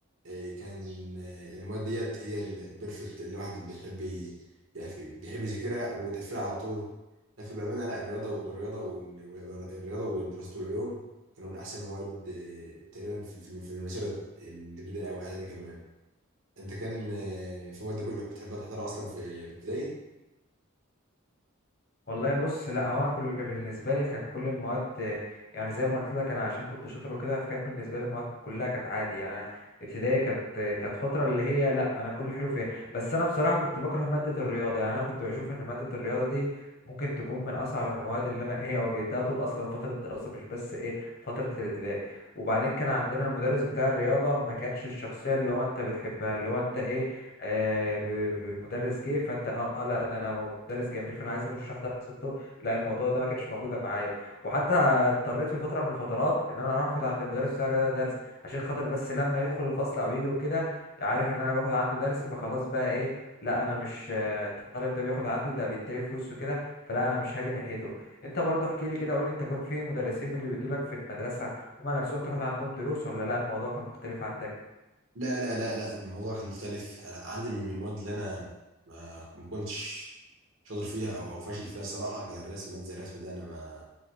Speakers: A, on the right; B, on the left.
A: إيه، كان آه، المواد ديت هي ال- البرفكت اللي الواحد بيحب ي- يقف- بيحب يذاكرها وتقفلها على طول لا فبأمانة لا الرياضة والرياضة والرياضة ودراسة العلوم كانوا من أحسن المواد آه، تقريبا في في- في المسيرة الابتدائية أو الإعدادي كمان انت كان آه، في مواد كنت بتحبها تحضرها اصلا في في ابتدائي
B: والله بص لا هو انا كل بالنسبه لي كان كل المواد آه، يعني زي ما قلت لك انا عشان كنت شاطر وكده فكان بالنسبه لي المواد كلها كانت عادي يعني أنا ابتدائي كانت آه، كانت فتره اللي هي لا انا كل حلو فيها بس انا بصراحه كنت بكره ماده الرياضه يعني انا كنت بشوف ان ماده الرياضه دي ممكن تكون من اصعب المواد اللي انا ايه واجهتها طول اصلا فتره الدراسه مش بس ايه فتره الابتدائي وبعدين كان عندنا المدرس بتاع الرياضه ما كانش الشخصيه اللي هو انت بتحبها اللي هو انت ايه آه، ب- ب- مدرس جه فانت اه لا ده انا مدرس جميل فانا عايز اخش احضر حصته لا الموضوع ده ما كانش موجود معايا وحتى اضطريت في فتره من الفترات ان انا اروح اخد عند المدرس بتاع الرياضه درس عشان خاطر بس لما يدخل الفصل او يجي وكده عارف ان انا باخد عنده درس فخلاص بقى ايه لا انا مش آه، الطالب ده بياخد عندي ده بيديلي فلوس وكده فلا انا مش هاجي ناحيته انت برضو احكي لي كده قول لي انت كنت في مدرسين من اللي بيدولك في المدرسه هما نفسهم تاخد عندهم دروس ولا لا الموضوع كان مختلف عندك
A: لا لا لا لا الموضوع كان مختلف أنا عندي من من المواد اللي انا ما ما كنتش شاطر فيها او او فاشل فيها الصراحه كان الرسم ماده زي الرسم ده انا ما